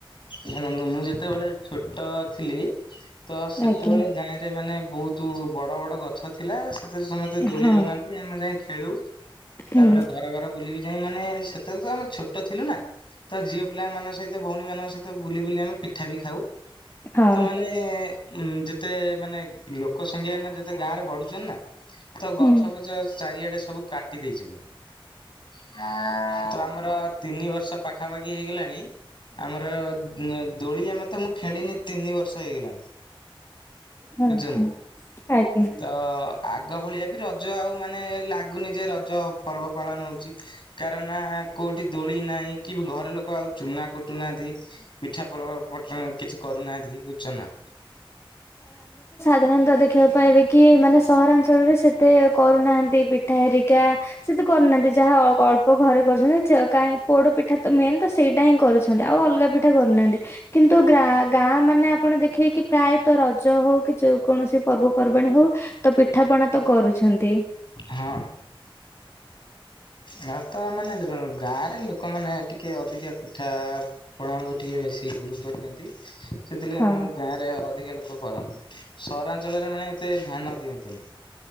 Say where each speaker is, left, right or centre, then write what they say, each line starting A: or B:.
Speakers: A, on the left (about 60°); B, on the left (about 30°).
A: ଦେଖନ୍ତୁ ମୁଁ ଯେତେବେଳେ ଛୋଟ ଥିଲି ତ ସେତେବେଳେ
B: ଆଜ୍ଞା
A: ଗାଁ ରେ ମାନେ ବହୁତ ବଡ଼ ବଡ଼ ଗଛ ଥିଲା। ସେଥିରେ ସମସ୍ତେ ଦୋଳି
B: ହଁ
A: ଲଗାନ୍ତି ଆମେ ଯାଇ ଖେଳୁ।
B: ହୁଁ
A: ତାପରେ ଘର ଘର ବୁଲି ବିି ଯାଇ ମାନେ ସେତେବେଳେ ତ ଆମେ ଛୋଟ ଥିଲୁ ନା ତ ଝିଅ ପିଲାମାନଙ୍କ ସହିତ ଭଉଣୀ ମାନଙ୍କ ସହିତ ବୁଲି ବୁଲି ଆମେ ପିଠା ବି ଖାଉ।
B: ହଁ
A: ତ ମାନେ ଉଁ ଯେତେ ମାନେ ଲୋକ ସଂଖ୍ୟା ନା ଯେତେ ଗାଁ ରେ ବଢୁଛନ୍ତି ନା। ତ ଗଛ
B: ହୁଁ।
A: ଫଛ ଚାରିଆଡ଼େ ସବୁ କାଟି ଦେଇଛନ୍ତି। <unintelligible> ତ ଆମର ତିନି ବର୍ଷ ପାଖାପାଖି ହେଇଗଲାଣି ଆମର ଅ ଦୋଳି ଆମେ ତ ମୁଁ ଖେଳିନି ତିନି ବର୍ଷ ହେଇଗଲାଣି।
B: ହଁ
A: ବୁଝୁଛନ୍ତି
B: ହଁ।
A: ନା
B: ଆଜ୍ଞା।
A: ତ ଆଗ ଭଳିଆ ବି ରଜ ଆଉ ମାନେ ଲାଗୁନି ଯେ ରଜ ପର୍ବ ପାଳନ ହେଉଛି କାରଣ କୋଉଠି ଦୋଳି ନାହିଁ କି ଘରେ ଲୋକ ଆଉ ଚୁନା କୁଟୁନାହାନ୍ତି। ପିଠା ପର ପ କିଛି କରୁନାହାନ୍ତି ବୁଝୁଛ ନା।
B: ସାଧରଣତଃ ଦେଖିବାକୁ ପାଇବେ କି ମାନେ ସହରାଞ୍ଚଳରେ ସେତେ କରୁନାହା ନ୍ତି ପିଠା ହେରିକା ସେତୁ କରୁନାହାନ୍ତି ଯାହା ଅଳ୍ପ ଘରେ କରୁଛନ୍ତି କାଇଁ ପୋଡ଼ ପାଇଁ ପିଠା ତ ମେନ୍ ମେନ୍ ସେଇଟା ହିଁ କରୁଛନ୍ତି ଆଉ ଅଲଗା ପିଠା କରୁନାହାନ୍ତି କିନ୍ତୁ ଗ୍ରା ଗାଁ ମାନେ ଆପଣ ଦେଖେଇ କି ପ୍ରାୟତଃ ରଜ ହଉ କି ଯେ କୌଣସି ପର୍ବପର୍ବାଣୀ ହଉ ତ ପିଠାପଣା ତ କରୁଛନ୍ତି।
A: ହଁ। ହ ତ ମାନେ ଦେଖନ୍ତୁ ଗାଁ ରେ ଲୋକମାନେ ଟିକେ ଅଧିକା ପିଠା ପଣାକୁ ଟିକେ ବେ ବେଶୀ ଗୁରୁତ୍ୱ ଦିଅନ୍ତି। ସେଥିଲାଗି
B: ହଁ
A: ମୁଁ ଗାଁରେ ଅ ଅଧିକା ଲୋକ କରନ୍ତି ସହରାଞ୍ଚଳରେ ମାନେ ଏତେ ଧ୍ୟାନ ଦିଅନ୍ତିନି।